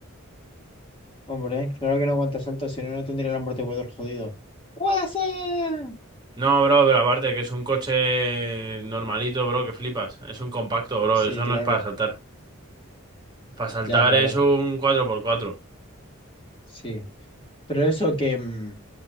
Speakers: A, on the left (about 25°); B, on the right (about 20°).
A: Hombre, claro que no aguanta salto, si no, no tendría el amortiguador jodido. ¡Guasa!
B: No, bro, pero aparte que es un coche normalito, bro, que flipas. Es un compacto, bro.
A: Sí,
B: Eso
A: claro,
B: no es para saltar. Para saltar
A: ya, claro,
B: es un cuatro por cuatro
A: sí. Pero eso que, mm,